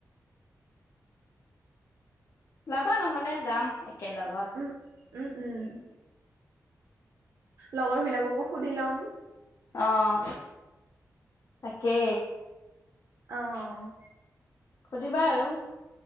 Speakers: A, on the left (about 55°); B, on the right (about 70°).
A: ওলবা নহলে যাম একেলগত।
B: উম, উম উম'। লগৰবিলাককো সুধি ল'ম।
A: অঁ তাকে।
B: অঁ'
A: সুধিবা আৰু।